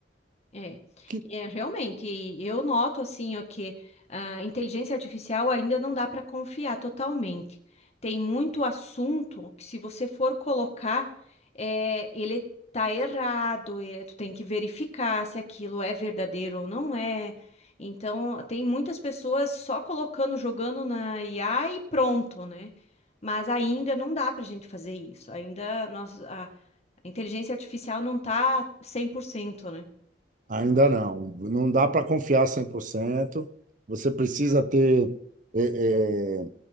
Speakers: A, on the left; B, on the right.
A: É,
B: Que
A: é realmente, e eu noto assim, ó, que a inteligência artificial ainda não dá para confiar totalmente. Tem muito assunto que se você for colocar, é, ele tá errado, e tu tem que verificar se aquilo é verdadeiro ou não é. Então, tem muitas pessoas só colocando, jogando na IA e pronto, né? Mas ainda não dá para a gente fazer isso. Ainda nós, a a inteligência artificial não tá 100%, né?
B: ainda não, não dá para confiar 100%. Você precisa ter é,